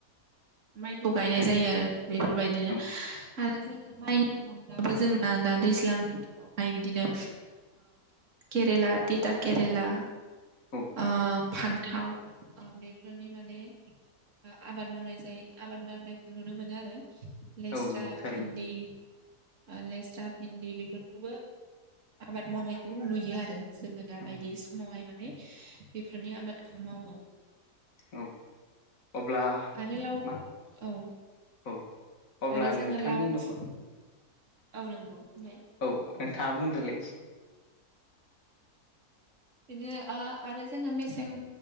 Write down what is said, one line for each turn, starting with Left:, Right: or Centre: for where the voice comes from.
Right: माइखौ गायनाय
Left: ओंखायनो
Right: जायो आरो बेफोरबायदिनो
Left: औ
Right: आरो जोङो माइनि अनब्लााबो जोंना दा दैज्लां हाय बिदिनो केरेला ओ थिता केरेला
Left: औ
Right: आ फान्थाव बेफोरनि माने आबाद मावनाय जायो आबाद मावनायखौ नुनो मोनो आरो लेस्रा
Left: औ नंगौ थारैनो
Right: भिन्दि लेस्रा भिन्दि बेफोरखौबो आबाद मावनायखौ नुयो आरो। जोङो दा
Left: औ
Right: बायदि समावहाय माने बेफोरनि आबादखौ मावो।
Left: औ अब्ला
Right: आरो लाव
Left: मा
Right: औ
Left: औ अब्ला
Right: आरो जोङो
Left: नोंथांनि
Right: लाव
Left: न'खर
Right: खु- औ नंगौ बुंलाय
Left: औ नोंथाङा बुंग्रोलाय एसे।
Right: बिदिनो आरो जोङो मेसें